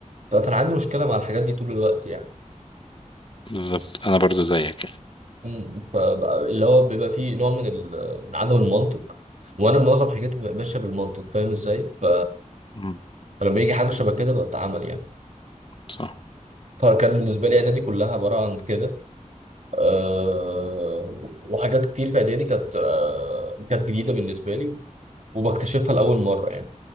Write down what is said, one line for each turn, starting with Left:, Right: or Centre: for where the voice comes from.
Right: ف- فانا عندي مشكله مع الحاجات دي طول الوقت يعني
Left: بالظبط انا برضو زيك كده
Right: أمم، فبقى- اللي هو بيبقى فيه نوع من ال- من عدم المنطق وانا معظم حاجاتي ببقى ماشيه بالمنطق فاهم ازاي ف-
Left: مم.
Right: فلما يجي حاجه شبه كده بتعمل يعني
Left: صح
Right: فكان بالنسبه لي اعدادي كلها عباره عن كده أه وحاجات كتير في اعدادي كانت أه كانت جديده بالنسبه لي وبكتشفها لاول مره يعني